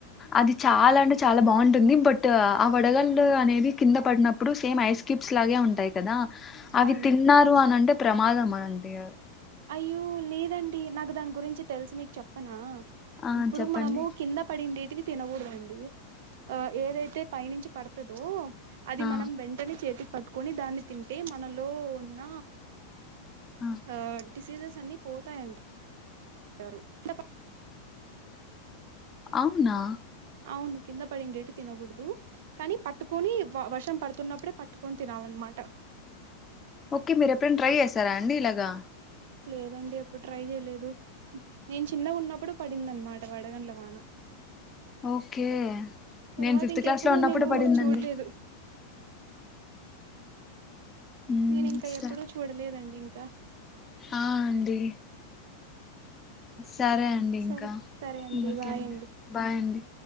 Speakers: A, on the left; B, on the right.
A: అది చాలా అంటే చాలా బాగుంటుంది బట్ ఆ వడగల్లు అనేది కింద పడినప్పుడు సేమ్ ఐస్ క్యూబ్స్ లాగే ఉంటాయి కదా అవి
B: అవును
A: తిన్నారు అనింటే ప్రమాదమా అంటడి
B: అయ్యో లేదండి నాకు దానికి గురించి తెలుసు మీకు చెప్పనా
A: ఆ
B: ఇప్పుడు
A: చెప్పండి
B: మనము కింద పడిండేటి తినకూడండి ఆ ఏదైతే పైనుంచి పడతాడో అది
A: ఆ
B: మనం వెంటనే చేతికి పట్ ట్టుకొని దాన్ని తింటే మనలో ఉన్న
A: ఆ
B: ఆ డిసీజెస్ అన్ని పోతాయి అంట కిందపడ్
A: అవునా
B: అవును కింద పడిండేటు తినకూడదు కానీ ప ట్టుకని వర్షం పడుతున్న అప్పుడే పట్టుకొని తినాలన్నమాట
A: ఓకే మీరు ఎప్పుడైనా ట్రై చేసారా అండి ఇలాగా
B: లేదండి ఎప్పుడు ట్రై చేయలేదు నేను చిన్నగా ఉన్నప్పుడు పడింది అనమాట వడగళ్ల వాన
A: ఓకే
B: తర్వాత
A: నేను ఫిఫ్త్
B: ఇంకెప్పుడు
A: క్లాస్ లో ఉన్నప్పుడు
B: నేను
A: పడిందండి
B: చూడలేదు
A: ఉమ్
B: నేను ఇంకా
A: స
B: ఎప్పుడూ చూడలేదండి ఇంకా
A: ఆ అండి సరే అండి ఇంకా
B: సరే సరే
A: ఓకే
B: బాయ్
A: అండి బాయ్ అండి